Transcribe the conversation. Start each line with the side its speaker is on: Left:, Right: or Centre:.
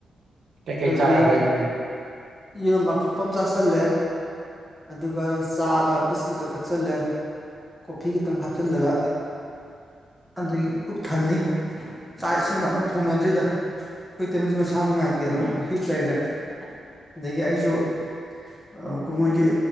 Right: ꯀꯩ ꯀꯩ ꯆꯥꯔꯄꯥꯏ
Centre: ꯌꯦꯔꯨꯝ
Right: ꯐꯗꯤ
Centre: ꯌꯦꯔꯨꯝ ꯑꯐꯨꯠꯄ ꯑꯃ ꯆꯥꯥꯁꯜꯂꯦ ꯑꯗꯨꯒ ꯆꯥꯒ ꯕꯤꯁꯀꯤꯠꯀ ꯊꯛꯆꯤꯜꯂꯦ ꯀꯣꯐꯤ ꯈꯤꯇꯪ ꯍꯥꯞꯆꯤꯜꯂꯒ ꯑꯗꯒꯤ ꯊꯜꯂꯤ ꯆꯥꯛ ꯏꯁꯤꯡꯒ ꯑꯃꯛ ꯊꯣꯡꯅꯗ꯭ꯔꯤꯗ ꯑꯩꯈꯣꯏ ꯇꯦꯕꯜꯁꯦ ꯃꯁꯥ ꯅꯨꯡꯉꯥꯏꯇꯦꯅ ꯑꯃꯛ ꯍꯤꯠ ꯂꯩꯔꯦ ꯑꯗꯒꯤ ꯑꯩꯁꯨ ꯫ ꯃꯣꯏꯒꯤ